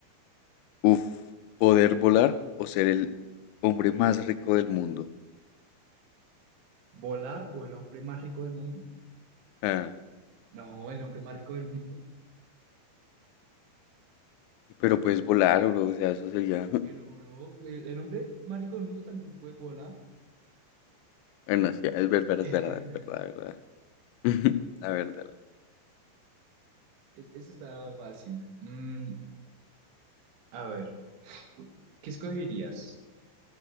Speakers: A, on the left; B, on the right.
A: uf, poder volar o ser el hombre más rico del mundo.
B: volar o el hombre más rico del mundo.
A: Ah,
B: No, el hombre más rico del mundo.
A: pero puedes volar, bro, o sea, eso sería... <laughs>
B: Pero, bro, el, el hombre más rico del mundo también puede volar.
A: Bueno, sí, es verdad,
B: <laughs>
A: es verdad, es verdad, es verdad. <laughs> A ver, dale.
B: Es- eso está fácil. Mm, a ver, ¿qué escogerías?